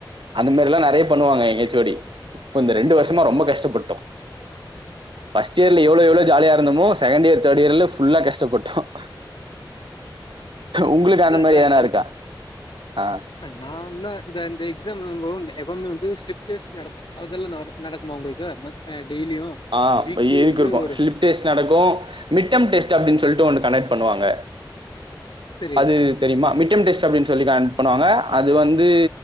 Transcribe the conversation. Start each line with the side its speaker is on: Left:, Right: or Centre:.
Right: அந்த மாதிரிலாம் நெறைய பண்ணுவாங்க
Left: ஓகே
Right: எங்க எச் ஓ டி இப்போ இந்த ரெண்டு வருஷமா ரொம்ப கஷ்டப்பட்டோம் பர்ஸ்ட் இயர்ல எவ்வளோ எவ்வளோ ஜாலியா இருந்தமோ செகண்ட இயர் தேர்ட் இயர்லஃபுல்லா கஷ்ட கஷ்டப்பட்டோம் உங்களுக்கு
Left: அது
Right: அந்த
Left: அதான்
Right: மாதிரி வேனா இருக்கா ஆஹ்
Left: நான்தான் இந்த இந்த எக்ஸாம் எப்பவுமே வந்து ஸ்லிப் டெஸ்ட் நடக்கும் அதெல்லாம் நடக் நடக்குமா உங்களுக்கு டெய்லியும்
Right: ஆஹ்
Left: வீக்லி
Right: ப எனக்கு
Left: வந்து
Right: இருக்கும்
Left: ஒரு
Right: ஸ்லிப்டேஸ்ட் நடக்கும் மிட்டம் டேஸ்ட் அப்படின்னு சொல்லிட்டு ஒன்னு கனெக்ட் பண்ணுவாங்க
Left: சரி
Right: அது தெரியுமா மிட்டம் டெஸ்ட் அனு சொல்லி பண்ணுவாங்க அது வந்து